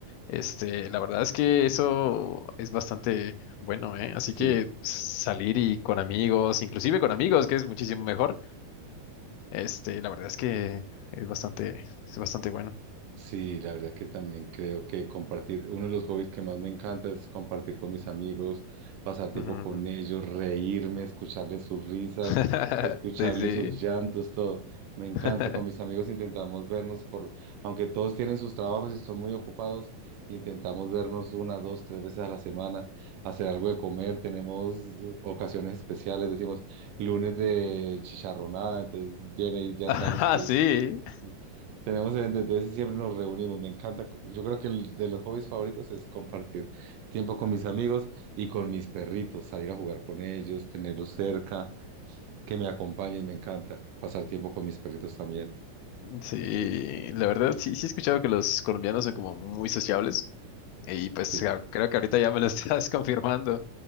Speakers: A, on the left; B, on the right.
A: Este, la verdad es que eso es bastante bueno, ¿eh? Así
B: Sí,
A: que salir y con amigos, inclusive con amigos, que es muchísimo mejor. Este, la verdad es que es bastante, es bastante bueno.
B: Sí, la verdad que también creo que compartir, uno de los hobbies que más me encanta es compartir con mis amigos, pasar tiempo
A: Ujú.
B: con ellos, reírme, escucharles sus risas,
A: <laughs>
B: escucharles
A: Sí, sí.
B: sus llantos, todo. Me encanta,
A: <laughs>
B: con mis amigos intentamos vernos por, aunque todos tienen sus trabajos y son muy ocupados, intentamos vernos una, dos, tres veces a la semana, hacer algo de comer, tenemos ocasiones especiales, decimos lunes de chicharronada, entonces viene y ya
A: Ah,
B: sabemos que
A: sí.
B: es Sí. Tenemos gente, entonces siempre nos reunimos, me encanta. co- Yo creo que el de los hobbies favoritos es compartir tiempo con mis amigos y con mis perritos, salir a jugar con ellos, tenerlos cerca, que me acompañen, me encanta. Pasar tiempo con mis perritos también.
A: Sí, la verdad sí, sí he escuchado que los colombianos son como muy sociables y pues
B: Sí,
A: ja- creo que ahorita ya me lo <laughs> estás confirmando.